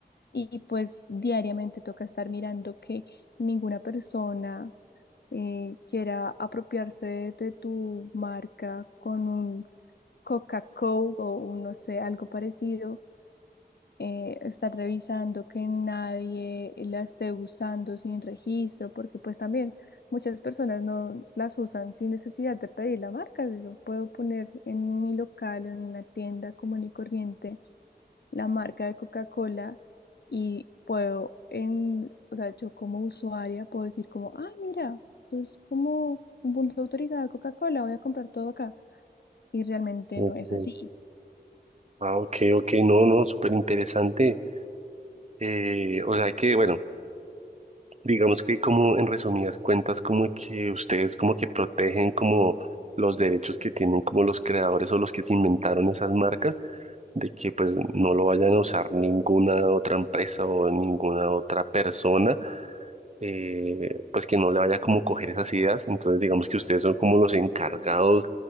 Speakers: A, on the left (about 70°); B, on the right (about 40°).
A: y pues diariamente toca estar mirando que ninguna persona eh, quiera apropiarse de, de tu marca con un Coca-Cola o un, no sé, algo parecido. eh, estar revisando que nadie la esté usando sin registro, porque pues también muchas personas no las usan sin necesidad de pedir la marca. Yo puedo poner en mi local, en una tienda común y corriente la marca de Coca-Cola y puedo, en, o sea, yo como usuaria puedo decir como, ah, mira, esto es como un punto de autorizado de Coca-Cola, voy a comprar todo acá. Y realmente
B: Ok.
A: no es así.
B: Ah, ok, ok, no, no, súper interesante. Eh, o sea que, bueno. Digamos que como en resumidas cuentas, como que ustedes como que protegen como los derechos que tienen como los creadores o los que inventaron esas marcas, de que pues no lo vayan a usar ninguna otra empresa o ninguna otra persona, eh, pues que no le vaya como coger esas ideas. Entonces digamos que ustedes son como los encargados